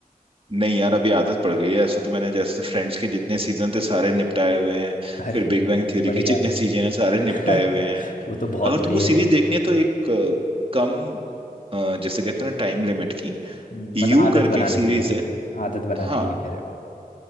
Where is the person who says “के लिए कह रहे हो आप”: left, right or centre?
Left